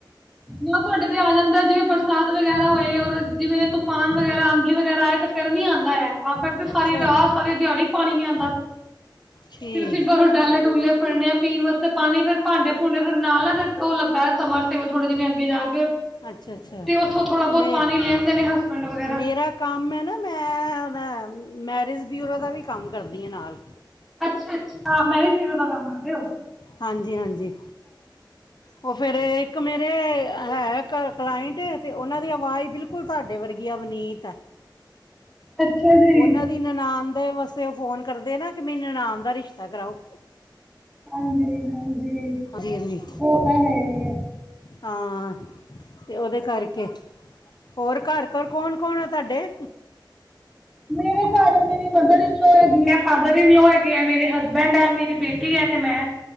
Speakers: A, in the centre; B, on the left (about 60°).
A: ਨਾ ਸਾਡੇ ਤੇ ਆ ਜਾਂਦਾ ਜਿਵੇਂ ਬਰਸਾਤ ਵਗੈਰਾ ਹੋਏ ਔਰ ਜਿਵੇਂ ਤੂਫਾਨ ਵਗੈਰਾ ਆਂਧੀ ਵਗੈਰਾ ਆਏ ਤੇ ਫਿਰ ਨੀ ਆਂਦਾ ਹੈ, ਆਹ ਫਿਰ ਤੇ
B: ਅੱਛਾ
A: ਸਾਰੀ ਰਾਤ ਸਾਰੀ ਦਿਹਾੜੀ ਪਾਣੀ ਨੀ ਆਦਾ
B: ਠੀਕ
A: ਫੇਰ ਅਸੀਂ ਬਾਹਰੋ ਡਾਲੇ ਡੂਲੇ ਫਰਨੇ ਆ ਪੀਣ ਵਾਸਤੇ ਪਾਣੀ ਫੇਰ ਭਾਂਡੇ ਭੂੰਡੇ ਫ਼ੇਰ ਨਾਲ ਉਹ ਲੱਗਾ ਏ ਸਮਰ ਕੇਵਲ ਥੋੜੀ ਜਿਨ ਅੱਗੇ ਜਾ ਕੇ
B: ਅੱਛਾ ਅੱਛਾ
A: ਤੇ ਉੱਥੋਂ ਥੋੜਾ ਬਹੁਤ
B: ਮੈਂ
A: ਪਾਣੀ ਲੇ ਆਂਦੇ ਨੇ ਹਸਬੈਂਡ ਵਗ਼ੈਰਾ।
B: ਮੇਰਾ ਕੰਮ ਐ ਨਾ ਮੈਂ ਮੈਰਿਜ ਬਿਊਰੋ ਦਾ ਵੀ ਕੰਮ ਕਰਦੀ ਆ ਨਾਲ।
A: ਅੱਛਾ -ਅੱਛਾ ਮੈਰਿਜ ਵੀਰੋ ਦਾ ਕੰਮ ਕਰਦੇ ਔ।
B: ਹਾਂਜੀ- ਹਾਂਜੀ। ਉਹ ਫਿਰ ਇੱਕ ਮੇਰੇ ਹੈ ਕ ਕਲਾਇੰਟ ਤੇ ਉਹਨਾਂ ਦੀ ਆਵਾਜ਼ ਬਿਲਕੁਲ ਤੁਹਾਡੇ ਵਰਗੀ ਆ ਅਵਨੀਤ
A: ਅੱਛਾ ਜੀ
B: ਉਹਨਾਂ ਦੀ ਨਨਾਣ ਦੇ ਵਾਸਤੇ ਉਹ ਫ਼ੋਨ ਕਰਦੇ ਨਾ ਕਿ ਮੇਰੀ ਨਨਾਣ ਦਾ ਰਿਸ਼ਤਾ ਕਰਾਓ।
A: ਹਾਂਜੀ- ਹਾਂਜੀ
B: ਹਾਂਜੀ ਹਾਂਜੀ
A: ਉਹ ਤਾਂ ਹੈ ਐ।
B: ਹਾਂ ਅਤੇ ਉਹਦੇ ਕਰਕੇ ਹੋਰ ਘਰ -ਘਰ ਕੌਣ- ਕੌਣ ਆ ਤੁਹਾਡੇ।
A: ਮੇਰੇ ਘਰ ਮੇਰੀ ਮਦਰ ਹੀ ਹੈਗੀ ਮ ਫਾਦਰ ਇਨਲੋ ਹੈਗੇ ਹੈ ਮੇਰੇ ਹਸਬੈਂਡ ਹੈ ਮੇਰੀ ਬੇਟੀ ਹੈ ਤੇ ਮੈਂ